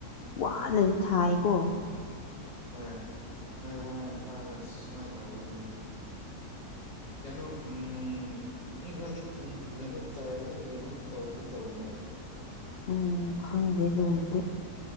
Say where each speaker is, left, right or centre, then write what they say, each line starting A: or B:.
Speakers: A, on the left; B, on the left.
A: ꯋꯥꯅꯗꯤ ꯊꯥꯏꯀꯣ
B: ꯍꯣꯏ ꯅꯣꯏ ꯋꯥꯅ ꯊꯥꯔꯒ ꯁꯨꯃꯥꯏꯅ ꯇꯧꯕꯁꯤꯅꯤ ꯀꯩꯅꯣ ꯎꯝ ꯃꯤ ꯈꯔꯗꯤ ꯊꯨꯝꯒ ꯀꯩꯅꯣ ꯆꯥꯏꯔꯒ ꯀꯩꯅꯣ ꯇꯧꯕꯒꯨꯝ ꯇꯧꯕꯅꯦ
A: ꯎꯝ ꯈꯪꯗꯦ ꯑꯗꯨꯒꯨꯝꯕꯗꯤ